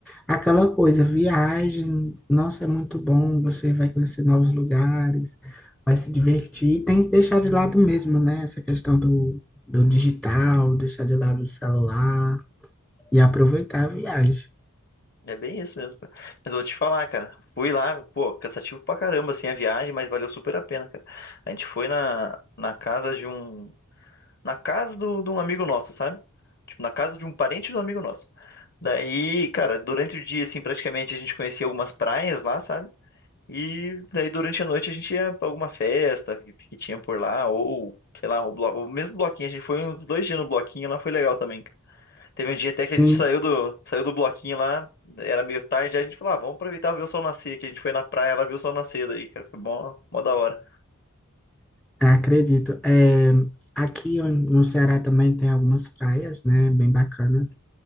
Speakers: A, in the centre; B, on the left.
A: aquela coisa, viagem, nossa, é muito bom, você vai conhecer novos lugares, vai se divertir, tem que deixar de lado mesmo, né? Essa questão do, do digital, deixar de lado o celular. E aproveitar a viagem.
B: É bem isso mesmo. cara. Mas eu vou te falar, cara. Fui lá, pô, cansativo pra caramba, assim, a viagem, mas valeu super a pena, cara. A gente foi na, na casa de um. Na casa do, de um amigo nosso, sabe? Tipo, na casa de um parente do amigo nosso. Daí, cara, durante o dia, assim, praticamente a gente conhecia algumas praias lá, sabe? E daí durante a noite a gente ia pra alguma festa que, que tinha por lá, ou, sei lá, o, blo... o mesmo bloquinho. A gente foi uns dois dias no bloquinho lá, foi legal também. Teve um dia até
A: Sim,
B: que a gente saiu do, saiu do bloquinho lá, era meio tarde, aí a gente falou, ah, vamos aproveitar e ver o sol nascer, que a gente foi na praia, ela viu o sol nascer daí, cara, foi bom, mó da hora.
A: acredito. É, aqui on- no Ceará também tem algumas praias, né? Bem bacana.